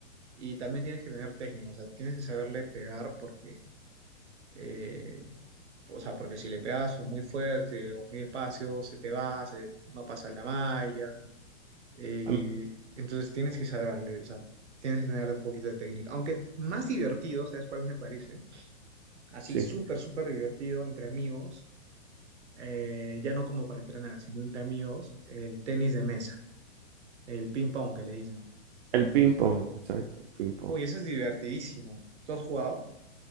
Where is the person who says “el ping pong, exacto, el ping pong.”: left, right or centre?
Right